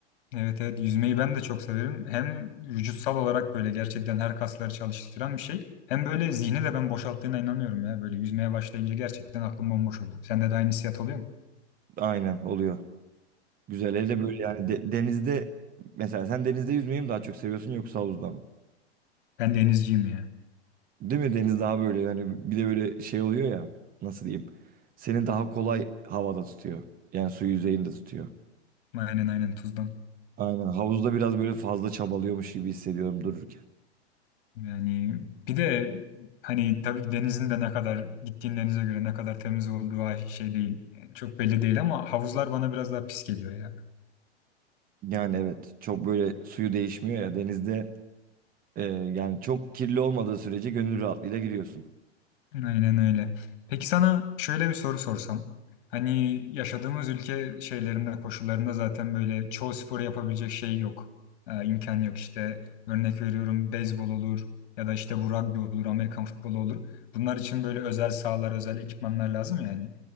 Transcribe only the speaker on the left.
Evet evet yüzmeyi ben de çok severim. Hem vücutsal olarak böyle gerçekten her kasları çalıştıran bir şey. Hem böyle zihni de ben boşalttığına inanıyorum ya. Böyle yüzmeye başlayınca gerçekten aklım bomboş oluyor. Sende de aynı hissiyat oluyor mu?
Ben denizciyim ya.
Aynen aynen Tuz'dan.
Yani bir de hani tabii denizin de ne kadar gittiğin denize göre ne kadar temiz olduğu ay- şey değil. Yani çok belli değil ama havuzlar bana biraz daha pis geliyor ya.
Aynen öyle. Peki sana şöyle bir soru sorsam. Hani yaşadığımız ülke şeylerinde koşullarında zaten böyle çoğu sporu yapabilecek şey yok. Ee, imkan yok işte. Örnek veriyorum beyzbol olur ya da işte bu rugby olur, Amerikan futbolu olur. Bunlar için böyle özel sahalar, özel ekipmanlar lazım yani.